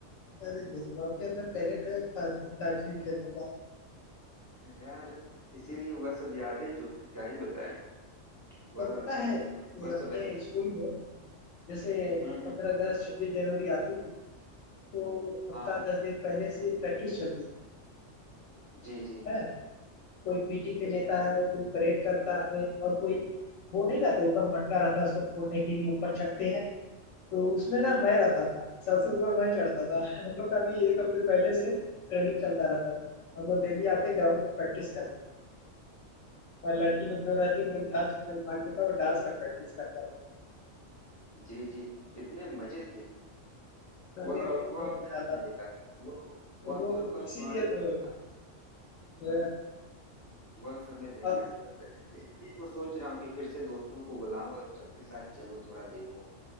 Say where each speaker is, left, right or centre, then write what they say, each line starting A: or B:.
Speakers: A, on the left (about 80°); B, on the left (about 20°).
A: अरे बिल्कुल आपके अंदर टैलेंट है ताज ताजगी खेलने का
B: यार इसीलिए वह सब यादें जो हैं क्या ही बताएं वह
A: और पता है ये
B: वह
A: अपने
B: समझ
A: स्कूल में जैसे
B: हम्म हम्म
A: पंद्रह अगस्त छब्बीस जनवरी आती थी तो हफ्ता
B: हाँ हाँ
A: दस दिन पहले से प्रैक्टिस चलती थी
B: जी जी
A: है कोई पीटी पे लेता है कोई परेड करता है और कोई वो नहीं रहता ऊपर मटका रहता है उसको फोड़ने के लिए ऊपर चढ़ते हैं तो उसमें ना
B: हम्म
A: मैं
B: हम्म
A: रहता था सबसे ऊपर मैं चढ़ता था
B: हम्म,
A: <laughs> हम लोग का भी एक हफ्ते पहले से ट्रेनिंग चलता रहता था हम लोग डेली आते ग्राउंड में प्रैक्टिस करने और लड़की लोग जो रहती उन लोग डांस में जो भाग लेता वो डांस का प्रैक्टिस करता
B: जी जी कितने मजे थे
A: था
B: वह
A: अरे बहुत
B: वह अब
A: मजा
B: नहीं
A: आता
B: मिलेगा
A: था।
B: वह वह
A: तो वो
B: हम सबका
A: इसीलिए
B: स्वर्ण युग
A: तो
B: था
A: अ,
B: वह समय नहीं
A: और
B: आने वाला इसलिए तो सोच रहा हूँ कि फिर से दोस्तों को बुलाऊं और उन सबके साथ चलूं थोड़ा देखूं